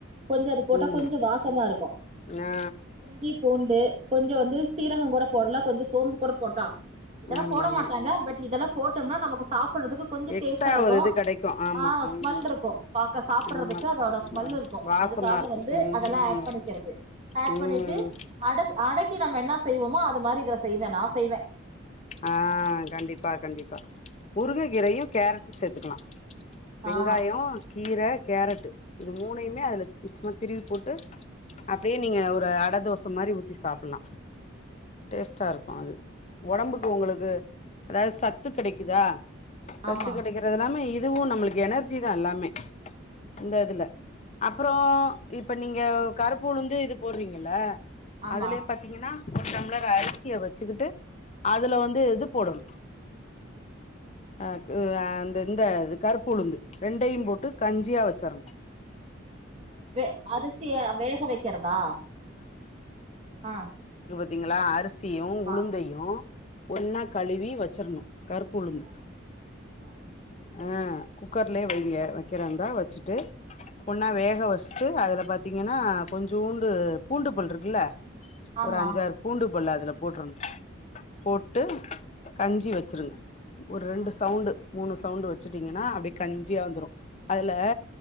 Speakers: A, on the right; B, on the left.
A: கொஞ்ச அது போட்டா
B: ம்
A: கொஞ்ச வாசமா இருக்கு.
B: ஆ
A: இஞ்சி பூண்டு கொஞ்ச வந்து சீரகம் கூட போடலா கொஞ்ச சோம்பு கூட போட்டா இதெல்லா
B: ஆமா
A: போட
B: ஆமா
A: மாட்டாங்க பட் இதெல்லா போட்டோம்னா நமக்கு சாப் படறதுக்கு கொஞ்ச
B: எக்ஸ்ட்ரா
A: டேஸ்டா இருக்கு.
B: ஒரு இது கெடைக்கு ஆமா
A: ஆ
B: ம்
A: ஸ்மெல் இருக்கு பாக்க சாப்டறதுக்கு
B: ஆமா
A: அதோட ஸ்மெல்
B: வா
A: இருக்கு.
B: வாசமா
A: அதுக்காக
B: இருக்கு
A: வந்து
B: ம்
A: அதெல்லா ஆட் பண்ணிக்கிறது. ஆட்
B: ம்
A: பண்ணிட்டு அடகு அடைக் கி நம்ம என்னா செய்வோமா அது மாரி இதுல செய்வ நா செய்வே
B: ஆ கண்டிப்பா கண்டிப்பா முருங்க கீரையு கேரட்டு சேத்துக்கலா வெங்காயோ
A: ஆ
B: கீர கேரட்டு இது மூணையுமே அதுல சும்மா திருவி போட்டு அப்டியே
A: ம்
B: நீங்க ஒரு <unintelligible> வட தோச மாரி ஊத்தி சாப்ல்லா டேஸ்ட்டா இருக்கு அது ஒடம்புக்கு உங்களுக்கு அதாவது சத்து கெடைக்குதா சத்து
A: ஆமா
B: கெடைக்குறதில்லாம ஈ இதுவு நம்மளுக்கு எனர்ஜிதா எல்லாமே இந்த இதுல அப்பறோ இப்ப நீங்க கருப்புலுந்து இது போடுவீங்கல்ல
A: ஆமா
B: அதுலயே பாத்தீங்கன்னா ஒரு டம்ளர் அரிசிய வச்சுக்கிட்டு அதுல வந்து இது போடனு ஆ அ அந்த இந்த கருப்பு உளுந்து ரெண்டையும் போட்டு கஞ்சியா வச்சறணு
A: வெ அரிசிய வேக வெக்கிறதா ஆ
B: பாத்திங்களா அரிசி வெந்தயத்தியு
A: ஆமா
B: உளுந்தையு யு ஒன்னா
A: ஆ
B: கழுவி வச் வச்சுரனு கருப்புளுந்து
A: ஆ ஆ
B: அ குக்கர்லயே வெய்ங்க வெக்கிறதா இருந்தா வச்சுட்டு ஒன்னா
A: ம்
B: வேக வர்ஸ் சு அதுல பாத்தீங்கன்னா கொஞ்சூண்டு பூண்டு பல் இருக்குல்ல
A: ஆமா
B: ஒரு அஞ்சாறு பூண்டு பல்ல அதுல போட்றனு போட்டு
A: ஆ
B: கஞ்சி வெச்சுருங்க ஒரு ரெண்டு
A: ஆ
B: சவுண்டு மூணு சவுண்டு வெச்சுட்டீங்கன்னா அப்டியே கஞ்சியா வந்துரு அதுல
A: ம்